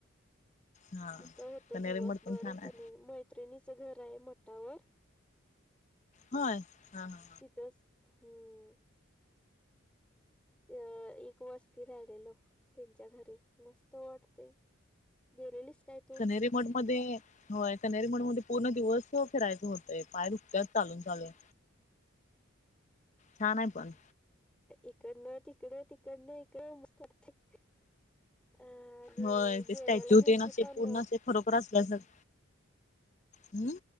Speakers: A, on the left; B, in the centre.
A: हा
B: तिथं होतो
A: कन्हेरी
B: दिवसभर
A: मठ पण छान आहे.
B: कनी मैत्रिणीच घर आहे मठावर.
A: होय हा हा.
B: तिथंच हम्म. अ एक वस्ती राहिलेलो त्यांच्या घरी मस्त वाटते. गेलेलीस काय तू?
A: तरी मड मध्ये होय कनरीमठ मध्ये पूर्ण दिवस फिरायचं होतय पाय दुकत्यात चालून चालून. छान आहे पण.
B: इकडनं- तिकडं तिकडनं -इकडं मस्त वाटतय. अ <unintelligible>
A: होय ते
B: गेलेल्या
A: स्टॅच्यू
B: दिवशी
A: तेन असे
B: पण
A: पूर्ण असे खरोखर असल्यानच हम्